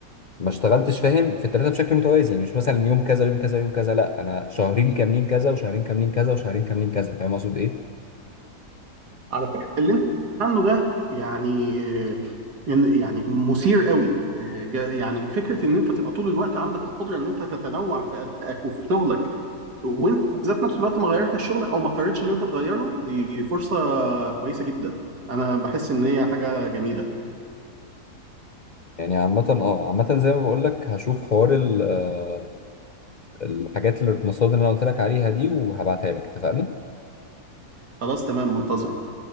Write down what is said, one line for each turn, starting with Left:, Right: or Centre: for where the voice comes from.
Left: ما اشتغلتش فاهم في الثلاثه بشكل متوازي يعني مش مثلا يوم كذا يوم كذا يوم كذا لا انا شهرين كاملين كذا وشهرين كاملين كذا وشهرين كاملين كذا فاهم اقصد ايه
Right: على فكرة اللي انت بتتكلم عنه ده يعني آه، ان يعني مثير قوي آه، جا- يعني فكرة ان انت تبقى طول الوقت عندك القدرة ان انت تتنوع في ادائك وفي شغلك وانت ذات نفس الوقت ما غيرتش شغلك او ما اضطرتش ان انت تغيره دي فرصة كويسة جدا انا بحس ان هي حاجة جميلة
Left: يعني عامة اه عامة زي ما بقول لك هشوف حوار ال- آه، الحاجات اللي المصادر اللي انا قلت لك عليها دي وهبعتها لك اتفقنا
Right: خلاص تمام منتظرك